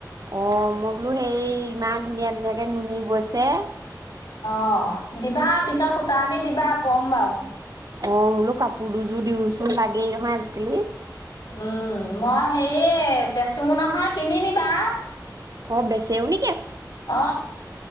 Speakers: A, on the right; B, on the left.
A: অ মই বোলো সেই ইমান ধুনীয়া ধুনীয়াকে নুনি বৈ ছে
B: অ দিবা পিছত সূতা আনি দিবা বম্বাওঁ
A: অ বোলো কাপোৰ দুযোৰ দিওঁচোন লাগেই নহয় আজিকালি
B: উম মই হেয় বেচো নহয় কিনি নিিবা
A: অ বেচেওঁ ন
B: অ